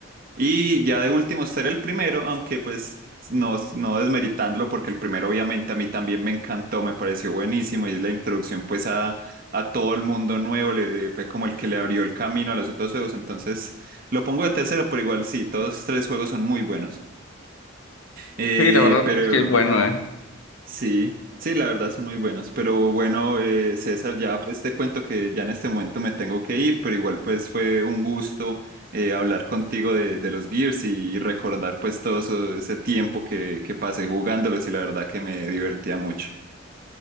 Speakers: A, on the right (about 45°); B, on the left (about 80°).
A: Y ya de último ser el primero, aunque pues no, no desmeritándolo, porque el primero obviamente a mí también me encantó, me pareció buenísimo y es la introducción pues a, a todo el mundo nuevo, le, fue como el que le abrió el camino a los otros juegos, entonces lo pongo de tercero, pero igual sí, todos tres juegos son muy buenos. Eh,
B: Sí, la verdad
A: pero...
B: es que es bueno, ¿eh?
A: Sí, sí, la verdad son muy buenos. Pero bueno, eh, César, ya pues te cuento que ya en este momento me tengo que ir, pero igual pues fue un gusto eh, hablar contigo de, de los Gears y recordar pues todo eso- ese tiempo que, que pasé jugándolos y la verdad que me divertía mucho.